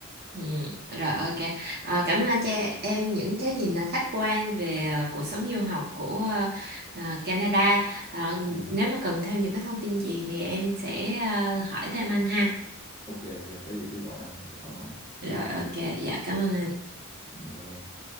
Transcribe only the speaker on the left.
Ừ.
ừ,
Ok ok, có gì cứ gọi anh thoải mái.
Ừ, bye bye.